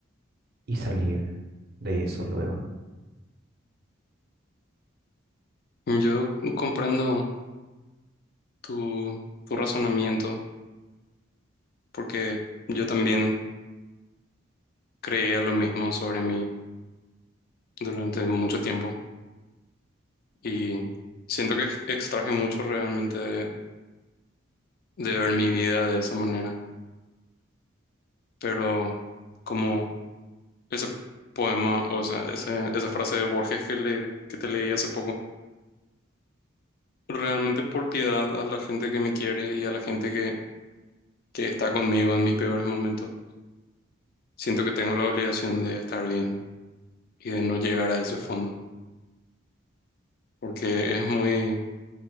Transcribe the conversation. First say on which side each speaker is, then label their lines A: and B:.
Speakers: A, on the right; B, on the left.
A: y salir de eso luego.
B: yo comprendo tu, tu razonamiento porque yo también creía lo mismo sobre mí durante mucho tiempo y siento que ex- extraje mucho realmente de, de ver mi vida de esa manera. Pero como ese poema o esa, ese- esa frase de Borges que, le, que te leí hace poco realmente por piedad a la gente que me quiere y a la gente que, que está conmigo en mis peores momentos. Siento que tengo la obligación de estar bien y de no llegar a ese fondo, porque es muy,